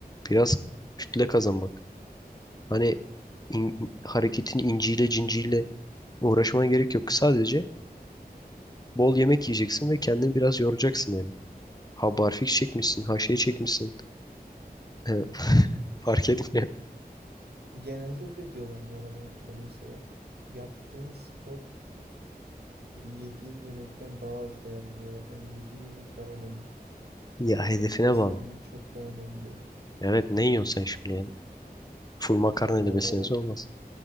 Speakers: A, on the left; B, on the right.
A: biraz kütle kazanmak. Hani in- hareketin inciyle cinciyle uğraşmana gerek yok. Sadece bol yemek yiyeceksin ve kendini biraz yoracaksın yani. Ha barfiks çekmişsin, ha şey çekmişsin. <laughs> Fark etmiyor.
B: Genelde öyle diyorlar bu arada. Yani Hani mesela yaptığın spor e, yediğin yemekten daha az değerli diyorlar. Yani yediğin yemek daha önemli.
A: Ya hedefine
B: Nasıl beslendiğin
A: bağlı.
B: çok daha önemli diyor.
A: Evet ne yiyorsun sen şimdi yani? Full makarnayla
B: Abi vallahi
A: besleniyorsan
B: ben
A: olmaz.